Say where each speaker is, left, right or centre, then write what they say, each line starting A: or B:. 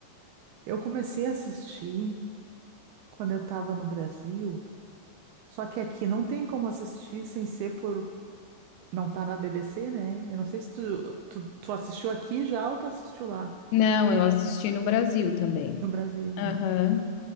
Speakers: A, on the right; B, on the left.
A: Eu comecei a assistir quando eu tava no Brasil, só que aqui não tem como assistir sem ser por não tá na BBC, né? Eu não sei se tu, tu, tu assistiu aqui já ou tu assistiu lá
B: Não, eu assisti no Brasil também.
A: no Brasil,
B: Aham.
A: é.